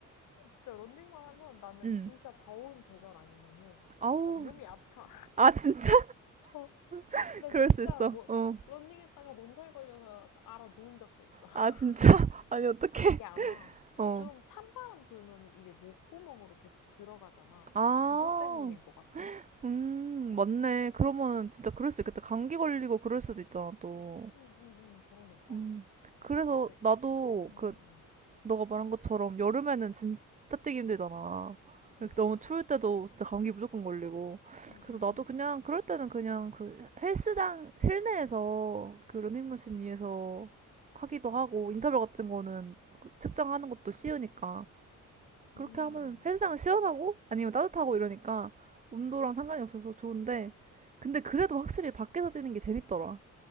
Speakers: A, on the left (about 85°); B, on the right (about 25°).
A: 진짜 런닝만 하면
B: <laughs>
A: 나는
B: 음.
A: 진짜 더운 계절 아니면은
B: 아우.
A: 막 몸이 아파.
B: 아 진짜?
A: <laughs> 어,
B: <laughs>
A: 나
B: 그럴
A: 진짜
B: 수 있어.
A: 뭐
B: 어.
A: 런닝했다가 몸살 걸려서 알아 누운 적도 있어. <laughs>
B: 아 진짜? <laughs> 아니 어떡해.
A: 이게 아마
B: 어.
A: 좀 찬바람 돌면은 이게 목구멍으로 계속 들어가잖아.
B: 아.
A: 그것 때문인 것 같아.
B: 음, 맞네. 그러면은 진짜 그럴 수 있겠다. 감기 걸리고 그럴 수도 있잖아, 또.
A: 응, 응, 응. 그러니까.
B: 음. 그래서
A: 네.
B: 나도
A: 응, 응, 응,
B: 그,
A: 응.
B: 너가 말한 것처럼 여름에는 진짜 뛰기 힘들잖아.
A: 어,
B: 이렇게 너무
A: 맞아.
B: 추울 때도 진짜 감기 무조건 걸리고.
A: 응, 응,
B: 그래서 나도
A: 응.
B: 그냥, 그럴 때는 그냥 그 헬스장 실내에서 그 러닝머신 위에서 하기도 하고, 인터벌 같은 거는 그 측정하는 것도 쉬우니까. 그렇게
A: 음.
B: 하면 헬스장은 시원하고 아니면 따뜻하고 이러니까 온도랑 상관이 없어서 좋은데 근데 그래도 확실히 밖에서 뛰는 게 재밌더라.